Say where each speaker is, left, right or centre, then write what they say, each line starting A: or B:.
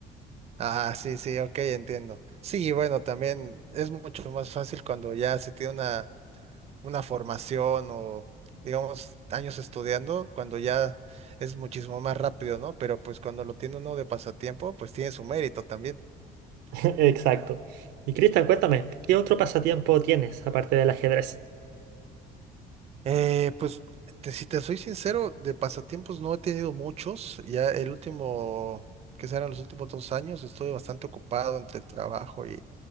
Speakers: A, on the right; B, on the right.
A: Ah, sí, sí, ok, entiendo. Sí, y bueno, también es mucho más fácil cuando ya se tiene una, una formación o, digamos, años estudiando, cuando ya es muchísimo más rápido, ¿no? Pero pues cuando lo tiene uno de pasatiempo, pues tiene su mérito también.
B: <laughs> Exacto. Y Cristian, cuéntame, ¿qué otro pasatiempo tienes aparte del ajedrez?
A: Eh, pues, te- si te soy sincero, de pasatiempos no he tenido muchos. Ya el último, que serán los últimos dos años, estoy bastante ocupado entre el trabajo y,